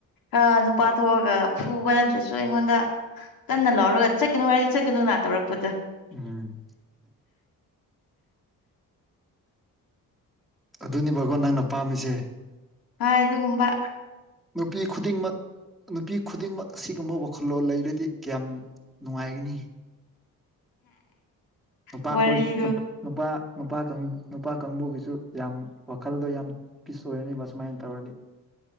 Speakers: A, on the left (about 70°); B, in the centre.
A: ꯑꯥ ꯅꯨꯄꯥ ꯊꯣꯛꯑꯒ ꯐꯨꯕ ꯅꯠꯇ꯭ꯔꯁꯨ ꯑꯩꯉꯣꯟꯗ ꯀꯟꯅ ꯂꯥꯎꯔꯒ ꯆꯠꯀꯅꯨ ꯍꯥꯏꯔꯗꯤ ꯆꯠꯀꯅꯨꯅꯥ ꯇꯧꯔꯛꯄꯗꯣ
B: ꯎꯝ ꯑꯗꯨꯅꯦꯕꯒꯣ ꯅꯪꯅ ꯄꯥꯝꯃꯤꯁꯦ
A: ꯍꯣꯏ ꯗꯨꯒꯨꯝꯕꯥ
B: ꯅꯨꯄꯤ ꯈꯨꯗꯤꯡꯃꯛ ꯅꯨꯄꯤ ꯈꯨꯗꯤꯡꯃꯛ ꯑꯁꯤꯒꯨꯝꯕ ꯋꯥꯈꯜꯂꯣꯟ ꯂꯩꯔꯗꯤ ꯀꯌꯥꯝ ꯅꯨꯡꯉꯥꯏꯒꯅꯤ ꯅꯨꯄꯥ
A: ꯋꯥꯔꯤꯗꯣ
B: ꯈꯣꯏ ꯅꯨꯞ ꯅꯨꯄꯥ ꯅꯨꯄꯥ ꯀꯪ ꯅꯨꯄꯥ ꯀꯥꯡꯕꯨꯒꯤꯁꯨ ꯌꯥꯝ ꯋꯥꯈꯜꯗꯣ ꯌꯥꯝ ꯄꯤꯁ ꯑꯣꯏꯔꯅꯤꯕ ꯁꯨꯃꯥꯏꯟ ꯇꯧꯔꯗꯤ